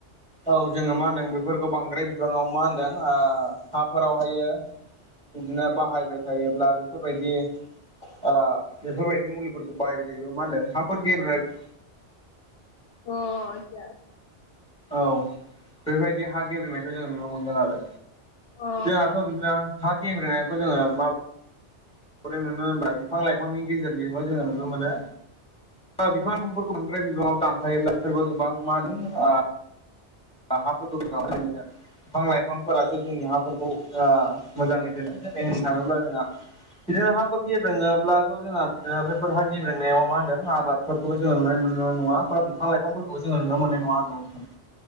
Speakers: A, in the centre; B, on the left.
A: औ जोङो मा होनदों बेफोरखौ बांद्राय बिबाङाव मा होनदों हाफोरावहायो बिदिनो बाहायबाय थायोब्ला बेफोरबायदि बेफोरबायदि मुलिफोरखौ बायबाय जायोबो मा होनदों हाफोर गेब्रें
B: अ आटसा
A: औ बेबायदि हा गेब्रेंनायखौ जोङो नुनो मोनगोन आरो
B: अ
A: जोंहाथ' बिदिनो हा गेब्रेंनायखो जों मा बोरै नुनो होनबा बिफां लाइफांनि गेजेरजोंबो जोङो नुनो मोनो बिफां लाफांफोरखौ बांद्राय बिबाङाव दानफायोब्ला बिसोरबो गोबां मा होनो हाफोरखौ <unintelligible> बिफां लाइफांफोरासो जोंनि हाफोरखौ मोजाङै दोनो जेरै होननो थाङोब्ला जोंहा बिदिनो हाफोर गेबेङोब्लाथ' जोंहा बिदिनो बैफोरहाा गेब्रेंनायाव मा होनदों आबादफोरखौबो जोङो नुनो मोननो नङा ओमब्ला बिफां लाइफांफोरखौ जोङो नोनो मोननाय नङा नोंथां